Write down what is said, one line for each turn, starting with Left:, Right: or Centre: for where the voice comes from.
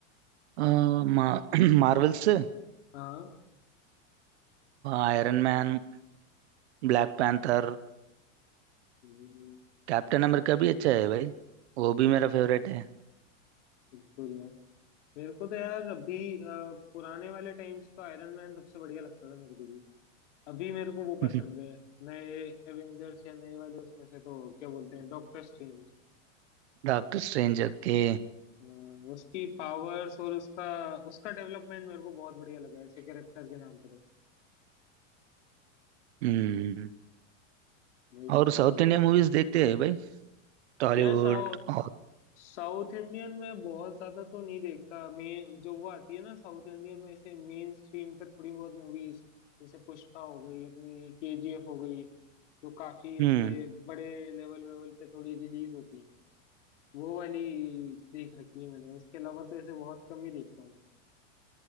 Right: अ, मा, <clears throat> मार्वल से
Left: हाँ
Right: Iron man Black panther
Left: हम्म,
Right: Captain America भी अच्छा है भाई वो भी मेरा फेवरेट है
Left: बिल्कुल यार मेरे को तो यार अभी अ, पुराने वाले टाइम्स तो आयरन मैन सबसे बढ़िया लगता था मेरे को भी अभी मेरे को वो
Right: <laughs>
Left: पसंद है नए एवेंजर्स या नए वाले उसमें से तो क्या बोलते हैं डॉक्टर स्ट्रेंज
Right: डॉक्टर स्ट्रेंज के
Left: हाँ, उसकी पावर्स और उसका उसका डेवलपमेंट मेरे को बहुत बढ़िया लगा ऐसे कैरेक्टर के नाम पे तो
Right: हम्म
Left: वही
Right: और
Left: सब है
Right: साउथ
Left: बाकी
Right: इंडिया मूवीज देखते हैं भाई टॉलीवुड
Left: यार साउथ
Right: और
Left: साउथ इंडियन में बहुत ज्यादा तो नहीं देखता मैं जो वो आती है ना साउथ इंडियन में ऐसे मेन स्ट्रीम पे थोड़ी बहुत मूवीज जैसे पुष्पा हो गई अपनी केजीएफ हो गई जो काफी
Right: हम्म
Left: ऐसे बड़े लेवल लेवल पे थोड़ी रिलीज होती है वो वाली देख रखी है मैंने उसके अलावा तो ऐसे बहुत कम ही देखता हूँ